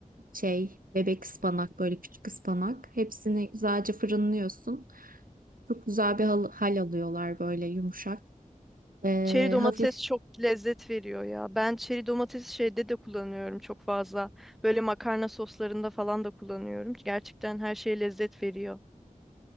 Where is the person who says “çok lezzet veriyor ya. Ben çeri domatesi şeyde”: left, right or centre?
Centre